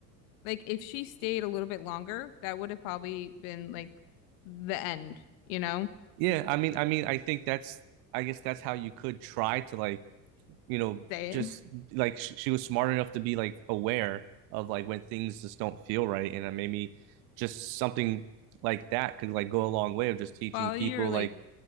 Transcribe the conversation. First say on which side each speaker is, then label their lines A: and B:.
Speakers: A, on the left; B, on the right.
A: Like if she stayed a little bit longer, that would have probably been like the end, you know?
B: Yeah, I mean I mean I think that's I guess that's how you could try to like you know
A: Say
B: just
A: it. <laughs>
B: like she, she was smart enough to be like aware of like when things just don't feel right and uh, maybe just something like that could like go a long way of just teaching
A: Follow
B: people
A: your like
B: like